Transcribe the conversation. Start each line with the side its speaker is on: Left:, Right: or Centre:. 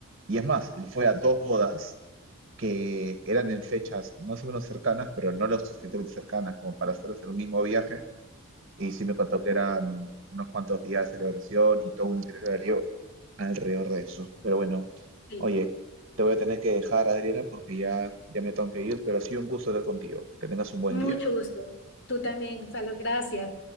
Right: Y es más, él fue a dos bodas que eran en fechas más o menos cercanas, pero no lo suficientemente cercanas como para hacer hacer un mismo viaje. Y sí me contó que eran unos cuantos días de celebración y todo un itinerario alrededor de eso. Pero bueno,
Left: Sí.
Right: oye, te voy a tener que dejar, Adriana, porque ya, ya me tengo que ir, pero ha sido un gusto estar contigo. Que tengas un buen
Left: Mucho
Right: día.
Left: gusto. Tú también, Gonzalo. Gracias.